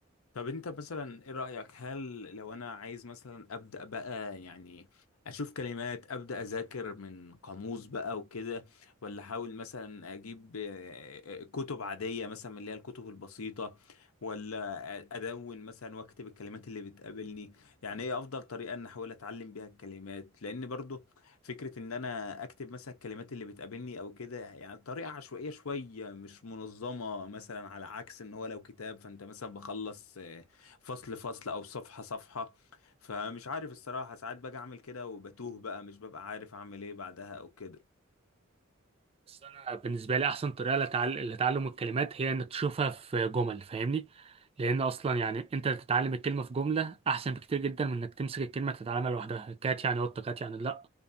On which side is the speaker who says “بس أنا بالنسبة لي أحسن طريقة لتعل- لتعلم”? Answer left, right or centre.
Right